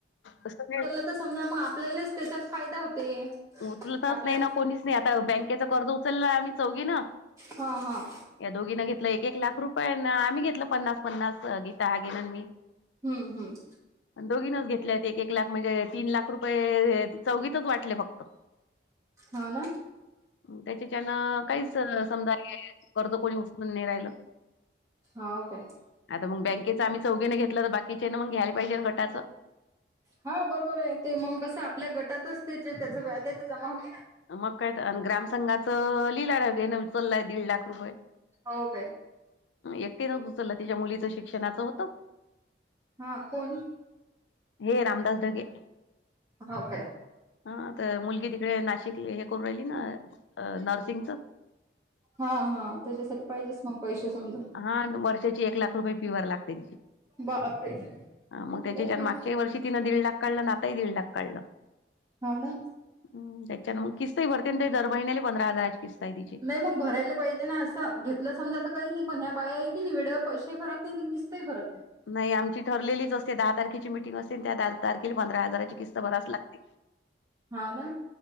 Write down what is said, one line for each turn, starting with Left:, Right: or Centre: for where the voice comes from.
Left: असं नाही
Right: त समजा मग आपल्यालाच त्याच्यात फायदा होते.
Left: उचलतच
Right: आपल्या
Left: नाही ना कोणीच नाही आता बँकेचा कर्ज उचलला आम्ही चौघी ना
Right: हा हा.
Left: या दोघीनं घेतलं एक एक लाख रुपये आम्ही घेतलं पन्नास पन्नास गीता हा गेन मी.
Right: हम्म हम्म.
Left: दोघीनच घेतल्या आहेत एक एक लाख म्हणजे तीन लाख रुपये चौघीतच वाटले फक्त.
Right: हा ना.
Left: त्याच्याच्यान काहीच समजा <inaudible> कर्जा कोणी उचलून नाय राहिलं.
Right: हाव काय?
Left: आता मग बँकेच आम्ही चौघीने घेतलं तर बाकीच्या ना मग घ्यायलाहिजे ना घटाचं.
Right: हा बरोबर आहे ते मग कसं आपल्या गटातच ते जे त्याचा व्याज आहे ते जमा होते ना.
Left: मग काय तर अन ग्रामसंघाचा लिहलाच हेना उचलय दीड लाख रुपये.
Right: हो काय.
Left: एकटे नव्हत उचलला तिच्या मुलीचं शिक्षणाचं होतं.
Right: हा कोण
Left: हे रामदास ढगे
Right: हो काय
Left: हा तर मुलगी तिकडे नाशिक हे करू राहिली ना नर्सिंगच
Right: हा हा त्याच्यासाठी पाहिजेच मग पैसे समजा
Left: हा वर्षाची एक लाख रुपये फी वर लागते
Right: बापरे
Left: ह मग त्याच्यान
Right: लय फी
Left: मागच्या वर्ी तिं दीड लाख काढलं ना आताही दीड लाख काढलं
Right: हो ना
Left: हम त्याच्यान मग किस्तही भरते ते दर महिनने पंधरा हजाराची किस्ता आहे तची
Right: नाही मग भरायला पाहिजे ना असं घेतलं समजा तर काही नाही पण ह बाया आहे की नाही वेळे्यावर पैशा भरत नाही किसतही भरत नाही
Left: नाही आमची ठरलेलीच असते दहा तारखेची मिटिंग असते त्या द तारखेला पंधरा हजाराची बराच लाग
Right: हो ना